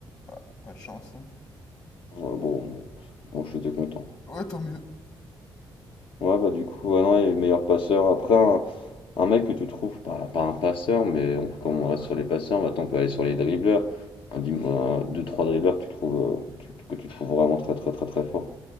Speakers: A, on the left; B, on the left.
A: Ah, pas de chance. hein.
B: Ouais, bon, moi, moi, j'étais content.
A: Ouais, tant mieux.
B: Ouais, bah du coup, ouais, non, il est meilleur passeur. Après, un, un mec que tu trouves, pas, pas un passeur, mais on, comme on reste sur les passeurs, maintenant on peut aller sur les dribbleurs. Un, dim- un- deux, trois dribbleurs que tu trouves, euh, tu- que tu trouves vraiment très très très très fort.